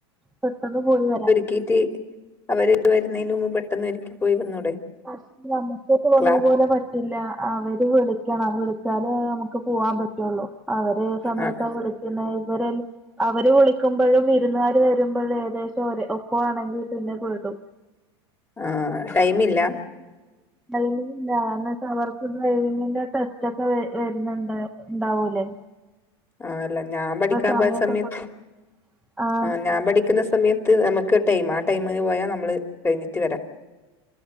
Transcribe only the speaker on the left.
ക്കീറ്റ് അവര് വരുന്നേൻ്റു മുമ്പ് ബെട്ടെന്ന് ഒര്ക്കി പോയ വന്നൂടെ
ക്ലാ
ആഹ്
ആഹ് ടൈമില്ലാ
ആഹ് അല്ലെ ഞാം പഠിക്കാമ്പോയ
സമയത്ത്
അ ഞാൻ പഠി ക്ക്ന്ന സമെയത്ത് നമ്ക്ക് ടൈംമാ ആ ടൈമ് പോയാ നമ്മള് കയിഞ്ഞിട്ട് വരാം